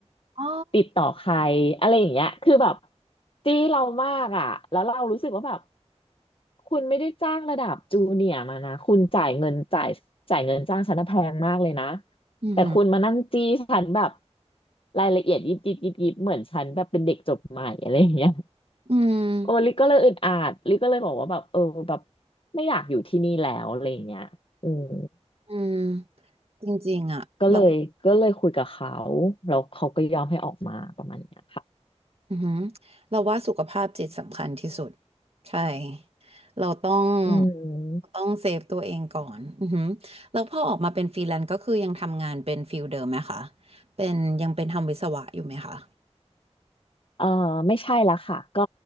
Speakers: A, on the right; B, on the left.
A: อ๋อ
B: ติดต่อใครอะไรอย่างเงี้ยคือแบบจี้เรามากอ่ะแล้วเรารู้สึกว่าแบบ คุณไม่ได้จ้างระดับจูเนียร์มานะคุณจ่ายเงินจ่ายจ่ายเงินจ้างฉันน่ะแพงมากเลยนะ
A: อืม
B: แต่คุณมานั่งจี้ฉันแบบรายละเอียดยิบยิบยิบยิบเหมือนฉันแบบเป็นเด็กจบใหม่อะไรอย่างเงี้ย
A: อืม
B: โอ้ลิก็เลยอึดอัดลิก็เลยบอกว่าแบบเออแบบไม่อยากอยู่ที่นี่แล้วอะไรอย่างเงี้ยอืม
A: อืมจริงๆอ่ะเรา
B: ก็เลยก็เลยคุยกับเขาแล้วเขาก็ยอมให้ออกมาประมาณเนี้ยค่ะ
A: อืมเราว่าสุขภาพจิตสำคัญที่สุด ใช่ เราต้อง
B: อืม
A: เราต้องเซฟตัวเองก่อนอืมแล้วพอออกมาเป็นฟรีแลนซ์ก็คือยังทำงานเป็นฟิลเดิมไหมคะเป็นยังเป็นทำวิศวะอยู่ไหมคะ
B: เออไม่ใช่ละค่ะก็